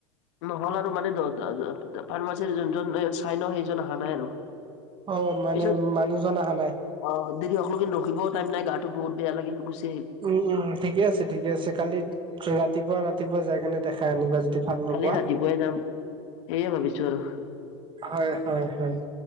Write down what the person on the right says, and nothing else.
অ মানে
মানুহজন আহা নাই।
উম উম ঠিকে আছে ঠিকে আছে, কালি ৰাতিপুৱা ৰাতিপুৱা যাই কেনে দেখাই আনিবা যদি। ভাল নোপোৱা
হয় হয় হয়।